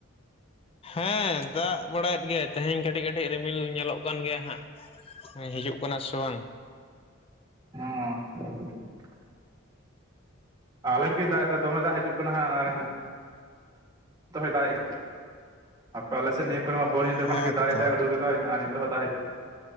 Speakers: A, on the left; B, on the right.
A: ᱦᱮᱸ ᱫᱟᱜ ᱵᱟᱲᱟᱭᱮᱫ ᱜᱮᱭᱟᱭ ᱛᱮᱦᱮᱧ ᱠᱟᱹᱴᱤᱡ ᱠᱟᱹᱴᱤᱡ ᱨᱤᱢᱤᱞ ᱧᱮᱞᱚᱜ ᱠᱟᱱ ᱜᱮᱭᱟ ᱦᱟᱸᱜ ᱦᱮᱸ ᱦᱤᱡᱩᱜ ᱠᱟᱱᱟ ᱥᱮ ᱵᱟᱝ?
B: <unintelligible> ᱟᱞᱜᱮ ᱫᱟᱜ ᱫᱟ ᱫᱚᱢᱮ ᱫᱟᱜ ᱦᱤᱡᱩᱜ ᱠᱟᱱᱟ ᱟᱨ ᱦᱮᱸ ᱱᱤᱛᱚᱜ ᱦᱚᱸ ᱫᱟᱜ ᱮᱫ ᱟᱯᱮ ᱟᱞᱮ ᱥᱮ ᱱᱤᱭᱟᱹ ᱠᱚᱨᱮ ᱢᱟ ᱵᱷᱳᱲ ᱧᱤᱫᱟᱹ
A: ᱦᱮᱸ
B: ᱠᱷᱚᱱ ᱜᱮ ᱫᱟᱜ
A: ᱛᱚ
B: ᱮᱫᱟᱭ ᱦᱩᱰᱩᱨ ᱮᱫᱟᱭ ᱟᱨ ᱱᱤᱛᱚᱜ ᱦᱚᱸ ᱫᱟᱜ ᱦᱩᱡᱩᱜ